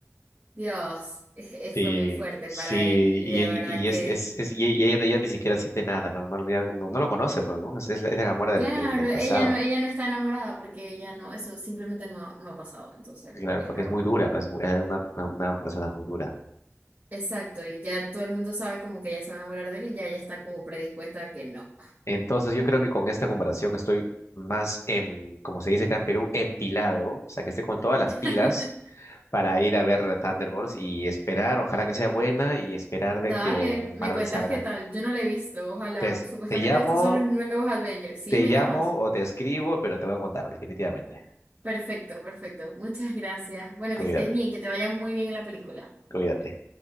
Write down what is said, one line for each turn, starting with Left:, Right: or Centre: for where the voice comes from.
Right: Dios, es- es-
Left: sí,
Right: fue muy fuerte
Left: sí,
Right: para él. Y
Left: y,
Right: de verdad
Left: y
Right: que,
Left: es, es, es- y y ella, ella ni siquiera siente nada, no, no, ya como- no lo conoce, pues, ¿no? Es, es la es la Gamora del,
Right: claro,
Left: del, del
Right: ella
Left: pasado,
Right: no, ella no está enamorada porque ella no, eso simplemente no, ha- no ha pasado. Entonces,
Left: claro,
Right: es
Left: porque
Right: normal.
Left: es muy dura, ¿no? Es, muy- es una, una persona muy dura.
Right: Exacto, y ya todo el mundo sabe como que ella se va a enamorar de él y ya ella está como predispuesta a que no.
Left: Entonces yo creo que con esta comparación estoy más, en, como se dice acá en Perú, empilado, o sea que estoy con todas las
Right: <laughs>
Left: pilas para ir a ver Thunderbolts y esperar, ojalá que sea buena y esperar de
Right: Dale,
Left: que
Right: me
Left: Marvel
Right: cuentas
Left: salga.
Right: qué tal. Yo no le he visto, ojalá.
Left: Te, es-
Right: Supuestamente
Left: te llamo,
Right: estos son los nuevos Avengers. ¿Sí?
Left: te
Right: ¿Me
Left: llamo
Right: llamas?
Left: o te escribo, pero te voy a contar definitivamente.
Right: Perfecto, perfecto. Muchas gracias. Bueno,
Left: Cuídate,
Right: que estés bien, que te vaya muy bien en la película.
Left: cuídate.